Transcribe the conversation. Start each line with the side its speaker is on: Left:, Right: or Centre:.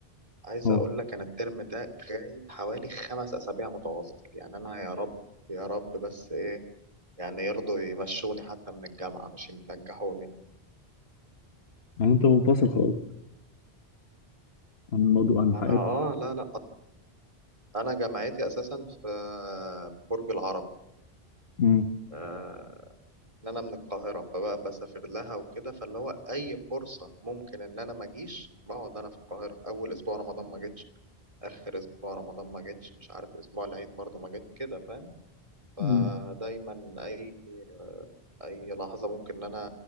Right: عايز
Left: اه
Right: اقول لك انا الترم ده غايب حوالي خمس اسابيع متواصل يعني انا يا رب يا رب بس ايه يعني يرضوا يمشوني حتى من الجامعة مش ينجحوني
Left: يعني انت منفصل خالص عن الموضوع عن الحياه
Right: انا اه لا لا انا جامعتي اساسا في برج العرب
Left: مم.
Right: آه، ان انا من القاهره فبقى بسافر لها وكده فاللي هو اي فرصه ممكن ان انا ما اجيش بقعد انا في القاهره اول اسبوع رمضان ما جيتش اخر اسبوع رمضان ما جيتش مش عارف اسبوع العيد برضه ما جيت كده فاهم فدايما
Left: مم.
Right: اي اي لحظه ممكن ان انا